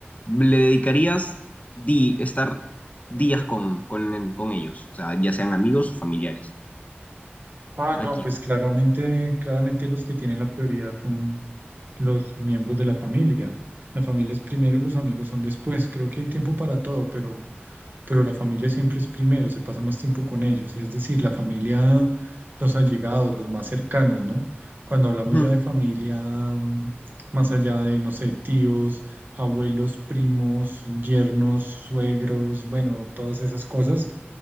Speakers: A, on the left (about 35°); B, on the right (about 50°).
A: le dedicarías di estar días con, con, con ellos, o sea, ya sean amigos o familiares.
B: Ah,
A: Aquí.
B: no, pues claramente, claramente los que tienen la prioridad son los miembros de la familia. La familia es primero y los amigos son después. Creo que hay tiempo para todo, pero, pero la familia siempre es primero, se pasa más tiempo con ellos. Es decir, la familia, los allegados, los más cercanos, ¿no? Cuando hablamos
A: Ujú.
B: ya de familia, mm, más allá de, no sé, tíos, abuelos, primos, yernos, suegros, bueno, todas esas cosas,